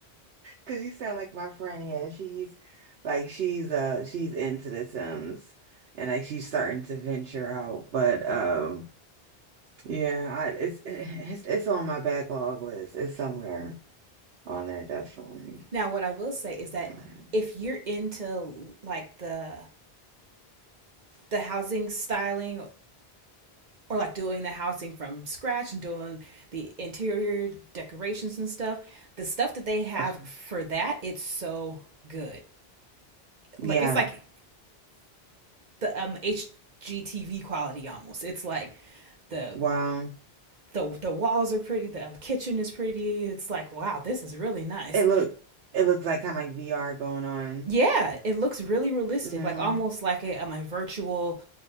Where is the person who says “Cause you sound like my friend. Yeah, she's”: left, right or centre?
Right